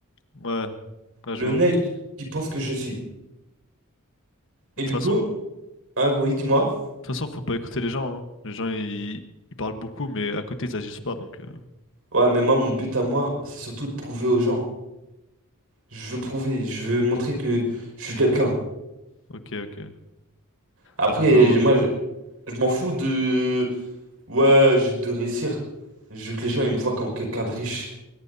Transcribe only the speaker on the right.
Le
nègre qui pense que je suis.
Et
du
coup,
hein, oui, dis-moi.
Ouais, mais moi, mon but à moi, c'est surtout de prouver aux gens. Je veux prouver, je veux montrer que je suis quelqu'un.
Après,
je- moi,
je, je m'en fous de... Ouais, j'ai de réussir. Je veux que les gens, ils me voient comme quelqu'un de riche.